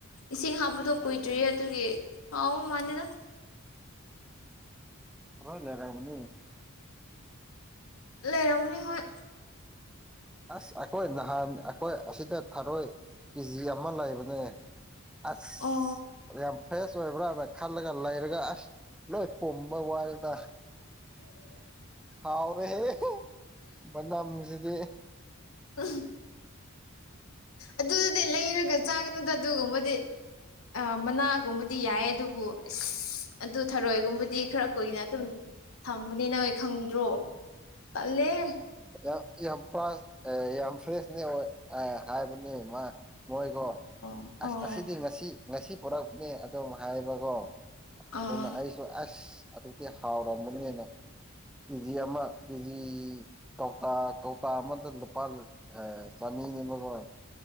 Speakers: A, on the left; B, in the centre.
A: ꯏꯁꯤꯡ ꯍꯥꯞꯄꯗꯨ ꯀꯨꯏꯗꯤꯌꯦ
B: ꯎꯝ
A: ꯑꯗꯨꯒꯤ <unintelligible> ꯃꯥꯟꯗꯦꯗ
B: ꯊꯔꯣꯏ ꯂꯩꯔꯕꯅꯤ
A: ꯂꯩꯔꯃꯅꯤ ꯍꯣꯏ
B: ꯑꯁ ꯑꯩꯈꯣꯏ ꯅꯍꯥꯟ ꯑꯩꯈꯣꯏ ꯑꯁꯤꯗ ꯊꯥꯔꯣꯏ ꯀꯦꯖꯤ ꯑꯃ ꯂꯩꯕꯅꯦ ꯑꯁ
A: ꯑꯣ
B: ꯐꯅꯌꯥꯝ ꯐ꯭ꯔꯦꯁ ꯑꯣꯏꯕ꯭ꯔꯅ ꯈꯜꯂꯒ ꯂꯩꯔꯒ ꯑꯁ ꯂꯣꯏ ꯄꯨꯝꯕ ꯋꯥꯅꯦꯗ <unintelligible> ꯍꯥꯎꯔꯦꯍꯦ ꯃꯅꯝꯖꯤꯗꯤ
A: <unintelligible> ꯑꯗꯨꯗꯨꯗꯤ ꯂꯩꯔꯒ ꯆꯥꯒꯅꯨꯗ ꯑꯗꯨꯒꯨꯝꯕꯗꯤ ꯑ ꯃꯅꯥꯒꯨꯝꯕꯗꯤ ꯌꯥꯏꯌꯦ ꯑꯗꯨꯕꯨ ꯑꯁ ꯑꯗꯨ ꯊꯔꯣꯏꯒꯨꯝꯕꯗꯤ ꯈꯔ ꯀꯨꯏꯅ ꯑꯗꯨꯝ ꯊꯝꯕꯅꯤꯅ ꯍꯣꯏ ꯈꯪꯗ꯭ꯔꯣ ꯇꯥꯜꯂꯦ
B: ꯌꯥꯝ ꯌꯥꯝ ꯐ꯭ꯔ ꯌꯥꯝ ꯐ꯭ꯔꯦꯁꯅꯦ ꯍꯥꯏꯕꯅꯦ ꯃꯥ ꯃꯣꯏ ꯀꯣ
A: ꯑꯣ ꯑꯣ
B: ꯑꯁ ꯑꯁꯤꯗꯤ ꯉꯁꯤ ꯉꯁꯤ ꯄꯨꯔꯛꯅꯦ ꯑꯗꯨꯝ ꯍꯥꯏꯕꯀꯣ
A: ꯑꯥ
B: ꯑꯗꯨꯅ ꯑꯩ ꯁ ꯑꯁ ꯑꯗꯨꯗꯤ ꯍꯥꯎꯔꯝꯃꯅꯤꯅ ꯀꯦꯖꯤ ꯑꯃ ꯀꯦꯖꯤ ꯀꯧꯇꯥ ꯀꯧꯇꯥ ꯑꯃꯗ ꯂꯨꯄꯥ ꯆꯥꯅꯤ ꯅꯤꯕꯀꫭ